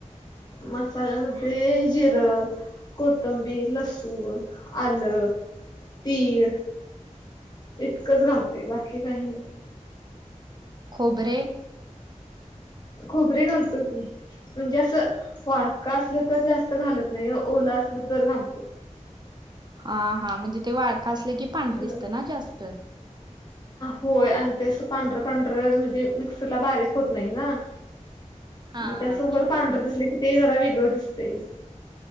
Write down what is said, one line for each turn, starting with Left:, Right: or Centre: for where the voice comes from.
Left: मसाल्यामध्ये जिरं कोथंबीर, लसूण, आलं, तीळ इतकंच घाबते बाकी काही नाही.
Right: खोबरे
Left: खोबरे घालतो की म्हणजे असं वाळक असलं तर जास्त घालत नाही. ओला असलं तर घालतो.
Right: हा हा म्हणजे ते वाळका असलं की पांढर
Left: अ
Right: दिसतं ना जास्त
Left: होय आणि ते अस पांढरं पांढरं म्हणजे मिक्सर ला बारीक होत नाही ना
Right: हा
Left: मग ते असं
Right: हा
Left: वर पांढरं दिसले की ते जरा वेगळं दिसतंय.